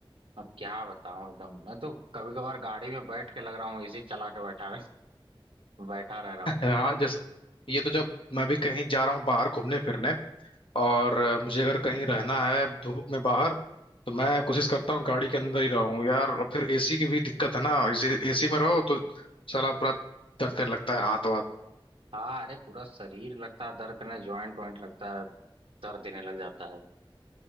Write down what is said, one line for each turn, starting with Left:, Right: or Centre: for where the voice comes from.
Right: और क्या बताऊं एकदम मैं तो कभी कभार गाड़ी में बैठ के लग रहा हूँ एसी चला के बैठा बैठा रह रहा
Left: है <laughs>
Right: हूँ
Left: हाँ जस ये तो जब मैं भी कहीं जा रहा हूँ बाहर घूमने फिरने और अ, मुझे अगर कहीं रहना है धूप में बाहर तो मैं कोशिश करता हूँ गाड़ी के अंदर ही रहूँ यार और फिर एसी की भी दिक्कत है ना एसी एसी में रहो तो साला पूरा दर्द करने लगता है हाथ वाथ
Right: हाँ अरे पूरा शरीर लगता है दर्द करने ज्वाइंट वाइंट लगता है दर्द देने लग जाता है